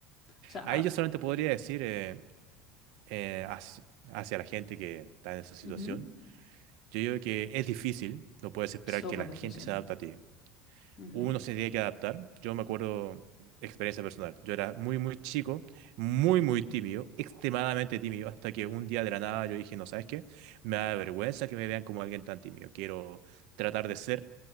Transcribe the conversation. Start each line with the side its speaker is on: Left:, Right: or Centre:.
Left: o sea,
Right: ahí
Left: ah,
Right: yo solamente podría decir eh, eh, hacia, hacia la gente que está en esa situación,
Left: ujú,
Right: yo digo que es difícil, no puedes esperar
Left: súper
Right: que la
Left: difícil.
Right: gente se adapte a ti.
Left: Ujú,
Right: Uno se tiene que adaptar. Yo me acuerdo, experiencia personal, yo era muy, muy chico, muy, muy tímido, extremadamente tímido, hasta que un día de la nada yo dije, no, ¿sabes qué? Me da vergüenza que me vean como alguien tan tímido. Quiero tratar de ser